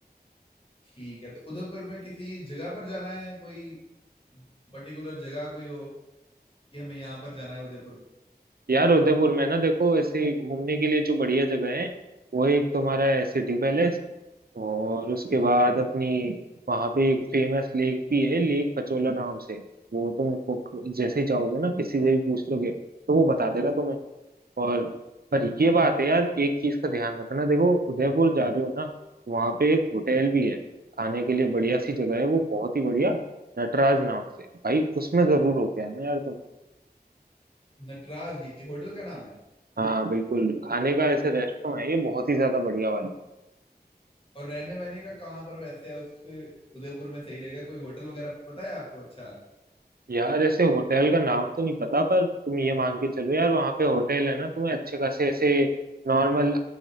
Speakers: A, on the left; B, on the right.
A: ठीक है तो उदयपुर में किसी जगह पर जाना है कोई पर्टिकुलर जगह कोई हो कि हमें यहाँ पर जाना है उदयपुर में?
B: यार उदयपुर में ना देखो ऐसे ही घूमने के लिए जो बढ़िया जगह है वो एक तुम्हारा है सिटी पैलेस और उसके बाद अपनी वहां पे एक फेमस लेक भी है लेक पचोला नाम से वो तुम को- जैसे ही जाओगे ना किसी से भी पूछ लोगे तो वो बता देगा तुम्हें और पर ये बात है यार एक चीज का ध्यान रखना देखो उदयपुर जा रहे हो ना वहां पे एक होटल भी है खाने के लिए बढ़िया सी जगह है वो बहुत ही बढ़िया नटराज नाम से भाई उसमें जरूर हो गया ना यार तुम
A: नटराज ये होटल का नाम है
B: हाँ बिल्कुल खाने का ऐसे रेस्टोरेंट है ये बहुत ही ज्यादा बढ़िया वाला
A: और रहने वहने का कहाँ पर वैसे है उसके उदयपुर में सही रहेगा कोई होटल वगैरह पता है आपको अच्छा
B: यार ऐसे होटल का नाम तो नहीं पता पर तुम ये मान के चलो यार वहाँ पे होटल है ना तुम्हें अच्छे खासे ऐसे नॉर्मल